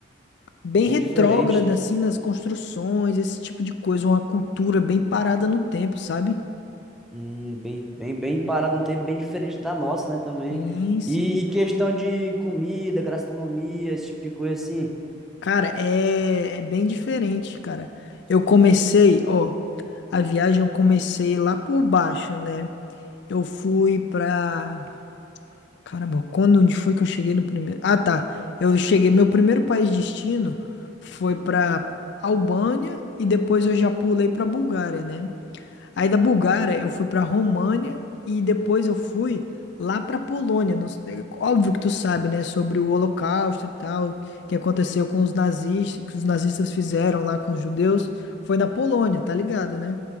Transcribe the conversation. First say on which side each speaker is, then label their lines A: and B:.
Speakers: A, on the left; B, in the centre.
A: bem
B: bem
A: retrógrada
B: diferente, né?
A: assim nas construções, esse tipo de coisa, uma cultura bem parada no tempo, sabe?
B: Hum, bem, bem, bem parado no tempo, bem diferente da nossa, né, também.
A: Sim, sim.
B: E, e questão de comida, gastronomia, esse tipo de coisa assim.
A: Cara, é, é bem diferente, cara. Eu comecei, ó, a viagem eu comecei lá por baixo, né? Eu fui pra Caramba, quando onde foi que eu cheguei no primeiro? Ah, tá. Eu cheguei, meu primeiro país de destino foi pra Albânia e depois eu já pulei pra Bulgária, né? Aí da Bulgária eu fui pra România e depois eu fui lá pra Polônia. Não sei- é Óbvio que tu sabe, né, sobre o Holocausto e tal, que aconteceu com os nazistas, que os nazistas fizeram lá com os judeus, foi na Polônia, tá ligado, né?